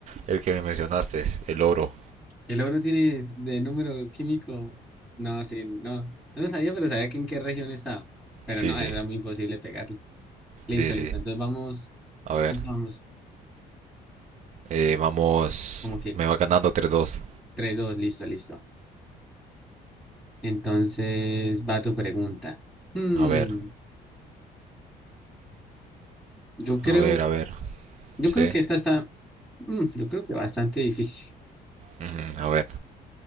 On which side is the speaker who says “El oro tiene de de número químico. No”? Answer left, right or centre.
Centre